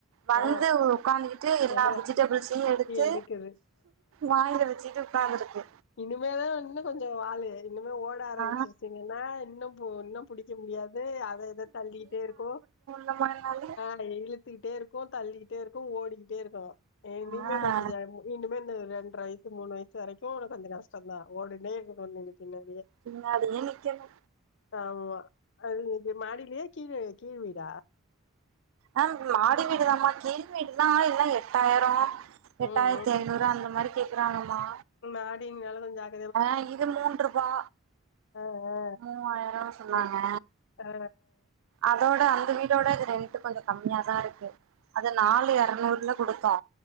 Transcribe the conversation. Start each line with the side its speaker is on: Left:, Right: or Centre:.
Right: வந்து
Left: அ
Right: உக்காந்துக்கிட்டு எல்லா
Left: அ
Right: வெஜிடேபிள்ஸ்யு எடுத்து
Left: எடுக்குது
Right: வாய்ல வச்சுட்டு உக்காந்திருக்கு
Left: இனிமேதா இன்னு கொஞ்சோ வாலு இன்னுமே ஓட ஆரம்பிச்சிருச்சீங்கன்னா
Right: ஆ
Left: இன்னும் பு இன்னும் புடிக்க முடியாது அத இத தள்ளிட்டே இருக்கு
Right: நம்மனால
Left: அது இழுத்துக்கிட்டே இருக்கோ தள்ளிக்கிட்டே இருக்கோ ஓடிக்கிட்டே இருக்கோ எ இனிமே
Right: ஆ
Left: கொஞ்சோ ஜாக இனிமே இந்த ரெண்ரை வய சு மூணு வயசு வரைக்கு உனக்கு கொஞ்சோ கஷ்டந் தா ஓடுனே இருக்கணு நீ பின்னாடியே
Right: பின்னாடியே நிக்கனு
Left: ஆமா அது இது மாடிலயா கீழ கீழ் வீடா
Right: ஆ மாடி வீடுதாம்மா கீழ் வீடுனா எல்லா எட்டாயரோ எட்டாயிரத்தி
Left: ம்
Right: ஐநூறு அந்த மாரி கேக்குறாங்கமா
Left: மாடினால கொஞ் ஜாக்
Right: ஆ இது மூண்ருபா
Left: ஆ ஆ
Right: மூவாயிரோ சொன்னாங்க
Left: எ ஆ
Right: அதோட அந்த வீடோட இது ரெண்ட்டு கொஞ்சோ கம்மியா தா இருக்கு அது நாலு இரநூறுல குடுத்தோ